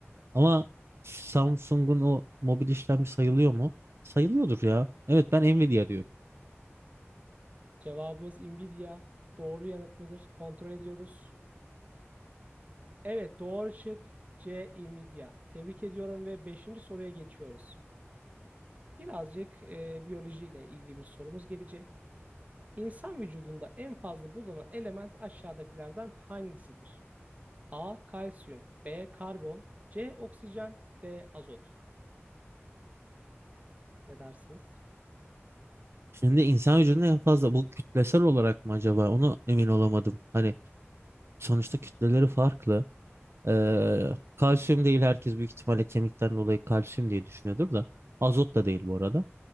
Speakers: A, on the right; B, on the right.
A: Ama Samsung'un o mobil işlemci sayılıyor mu? Sayılıyordur ya. Evet ben Nvidia diyorum.
B: Cevabımız Nvidia. Doğru yanıt mıdır? Kontrol ediyoruz. Evet doğru çık. C. Nvidia. Tebrik ediyorum ve beşinci soruya geçiyoruz. Birazcık e, biyolojiyle ilgili bir sorumuz gelecek. İnsan vücudunda en fazla bulunan element aşağıdakilerden hangisidir? A. Kalsiyum. B. Karbon. C. Oksijen. D. Azot. Ne dersiniz?
A: Şimdi insan vücudunda en fazla bu kütlesel olarak mı acaba? Onu emin olamadım. Hani sonuçta kütleleri farklı. Ee, kalsiyum değil herkes büyük ihtimalle kemikten dolayı kalsiyum diye düşünüyordur da. Azot da değil bu arada.